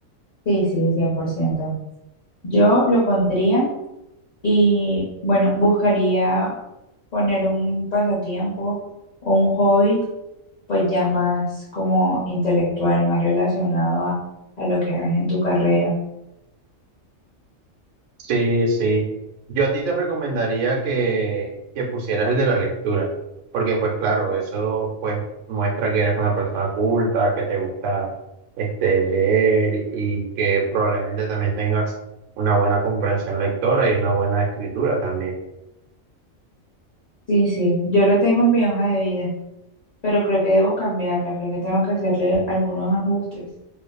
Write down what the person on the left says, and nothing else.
Sí, sí, cien por ciento Yo lo pondría y, bueno, buscaría poner un pasatiempo o un hobby, pues ya más como intelectual, más relacionado a, a lo que hagas en tu carrera.
Sí, sí, yo lo tengo en mi hoja de vida, pero creo que debo cambiarla, creo que tengo que hacerle algunos ajustes.